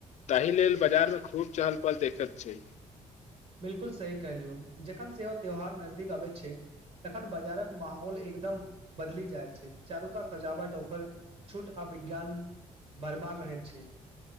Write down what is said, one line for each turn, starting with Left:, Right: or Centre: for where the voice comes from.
Left: तहि लेल बाजार मे खूब चहल पहल देखैत छै
Right: बिल्कुल सही कह लियौ जखन से ओ त्यौहार नजदीक अबै छै तखन बाजारक माहौल एकदम बदली जाइ छै चारू कात सजावट ऑफर छूट अ विज्ञान भरमार रह‌ए छै